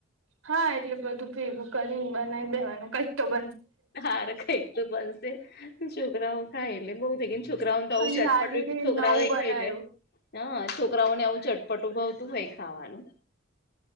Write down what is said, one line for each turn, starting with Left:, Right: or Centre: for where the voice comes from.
Right: હા એટલે બધું ભેગું કરીને બનાવી દેવાનું કઈ તો બ
Left: હાર કઈક તો બનશે છોકરાઓ ખાય એટલે બહુ થઈ કે છોકરાઓ બઉું
Right: અને
Left: ચટપટી
Right: લાગે કે નવું
Left: છોકરા આવે
Right: બનાવ્યું
Left: ખાઈ લે હ છોકરાઓને આવું ચટપટ ઉભવતું હોય ખાવાનું